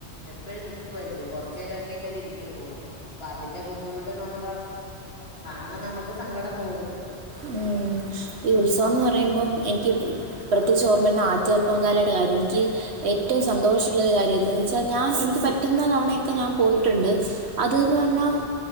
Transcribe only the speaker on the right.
ഉം ഈ ഉത്സവംന്ന് പറയുമ്പം എനിക്ക് പ്രത്യേകിച്ച് ഓർ മ വരുന്ന ആറ്റ്കാൽ പൊങ്കാലയുടെ കാര്യം എനിക്ക് ഏറ്റവും സന്തോഷമുള്ളൊരു കാര്യം എന്തെന്ന് വെച്ചാൽ ഞാൻ എനിക്ക് പറ്റുന്ന തവണയൊക്കെ ഞാൻ പോയിട്ടുണ്ട് അത് ന് പറഞ്ഞാ